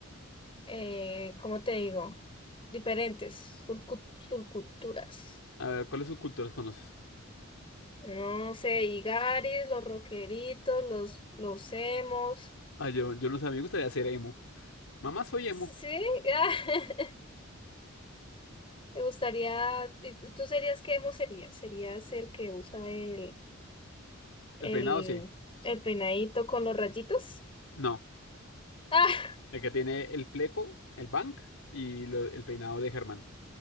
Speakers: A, on the left (about 25°); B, on the left (about 80°).
A: eh, ¿cómo te digo? Diferentes subcu- subculturas.
B: a ver, ¿cuáles subculturas conoces?
A: No sé, Igaris, los rockeritos, los, los emos.
B: Ah, yo, yo no sé, a mí me gustaría ser emo. Mamá, soy emo.
A: Sí, ah, <laughs> me gustaría. ¿y ¿Tú serías qué emo serías? ¿Serías el que usa el El,
B: El peinado sí.
A: el peinadito con los rayitos.
B: No,
A: Ah,
B: el que tiene el fleco, el bank y lo- el peinado de Germán.